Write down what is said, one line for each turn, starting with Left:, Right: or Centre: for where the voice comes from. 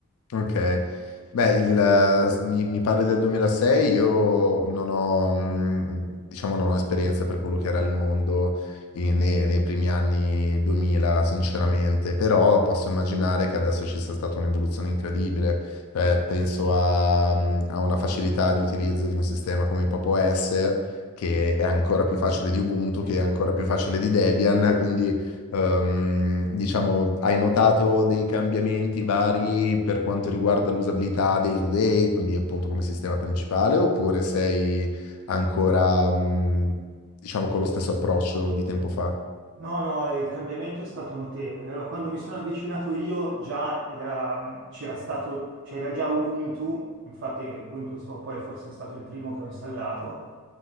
Left: Ok, beh, il, eh, s- mi, mi parli del 2006, io non ho, mm, diciamo, non ho esperienza per quello che era il mondo in- nei, nei primi anni 2000, sinceramente, però posso immaginare che adesso ci sia stata un'evoluzione incredibile, Cioè, penso a, mm, a una facilità di utilizzo di un sistema come Pop OS, che è ancora più facile
Right: Mm.
Left: di Ubuntu,
Right: Sì.
Left: che è ancora più facile di Debian, quindi Ehm, diciamo, hai notato dei cambiamenti vari per quanto riguarda l'usabilità day to day, quindi appunto come sistema principale, oppure sei ancora, mm, diciamo, con lo stesso approccio di tempo fa?
Right: No, no, il cambiamento è stato notevole. Allora, quando mi sono avvicinato io già era- c'era stato, c'era già Ubuntu, infatti Ubuntu è stato- poi forse è stato il primo che ho installato,